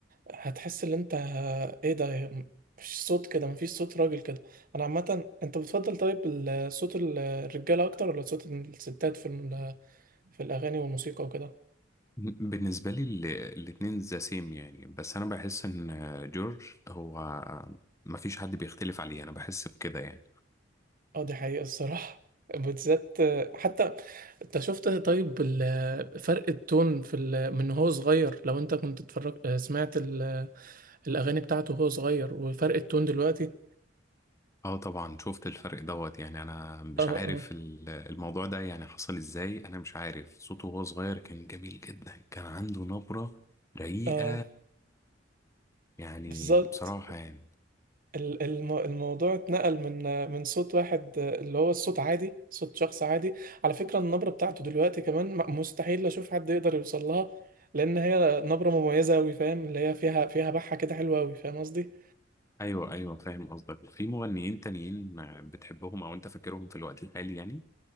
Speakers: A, on the right; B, on the left.
A: هتحس ان انت ايه ده مش صوت كده مفيش صوت راجل كده انا عامة انت بتفضل طيب ال- صوت ال- الرجالة اكتر ولا صوت الستات في ال- في الاغاني والموسيقى وكده
B: بالنسبة لي ال- الاتنين ذا سيم يعني بس أنا بحس إن جورج هو مفيش حد بيختلف عليه أنا بحس بكده يعني
A: اه دي حقيقة الصراحة <laughs> بالذات حتى انت شفت طيب ال- فرق التون في ال- من هو صغير لو انت كنت اتفرج سمعت ال- الاغاني بتاعته وهو صغير وفرق التون دلوقتي
B: اه طبعا شفت الفرق دوت يعني انا مش
A: اه
B: عارف
A: اه
B: ال- الموضوع ده يعني حصل ازاي انا مش عارف صوته وهو صغير كان جميل جدا كان عنده نبرة رقيقة
A: اه
B: يعني
A: بالظبط
B: بصراحة يعني
A: ال- الم- الموضوع اتنقل من من صوت واحد اللي هو الصوت عادي صوت شخص عادي على فكرة النبرة بتاعته دلوقتي كمان م- مستحيل اشوف حد يقدر يوصل لها لان هي نبرة مميزة اوي فاهم اللي هي فيها فيها بحة كده حلوة اوي فاهم قصدي
B: ايوه ايوه فاهم قصدك في مغنيين تانيين بتحبهم او انت فاكرهم في الوقت الحالي يعني